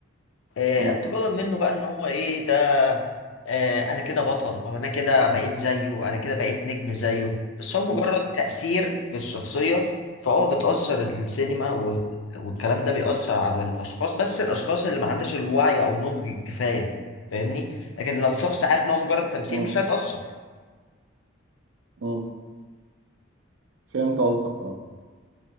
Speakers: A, on the left; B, on the right.
A: آه،
B: مم.
A: اعتقادا منه بقى ان هو ايه ده آه، انا كده بطل او انا كده بقيت زيه انا كده بقيت نجم زيه بس هو مجرد
B: ايوه
A: تأثير بالشخصية فهو بتأثر السينما وال- والكلام ده بيأثر على الأشخاص بس الأشخاص اللي ما عندهاش الوعي أو النضج الكفاية فاهمني لكن لو شخص عارف إن هو مجرد تمثيل
B: مم.
A: مش هيتأثر
B: مم. فهمت قصدك اه